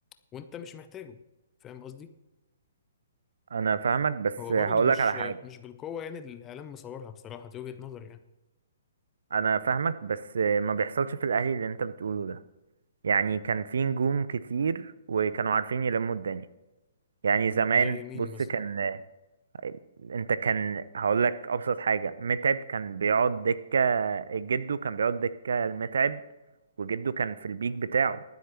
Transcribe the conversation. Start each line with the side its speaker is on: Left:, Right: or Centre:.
Left: وانت مش محتاجه فاهم قصدي
Right: انا فاهمك بس
Left: هو
Right: هقول
Left: برضه مش
Right: لك على
Left: مش
Right: حاجه
Left: بالقوة يعني اللي الإعلام مصورها بصراحة دي وجهة نظري يعني
Right: انا فاهمك بس ما بيحصلش في الاهلي اللي انت بتقوله ده يعني كان في نجوم كتير وكانوا عارفين يلموا الدنيا يعني زمان
Left: زي مين
Right: بص
Left: مثلا
Right: كان طيب، انت كان هقول لك ابسط حاجه متعب كان بيقعد دكه جده كان بيقعد دكه المتعب وجده كان في البيك بتاعه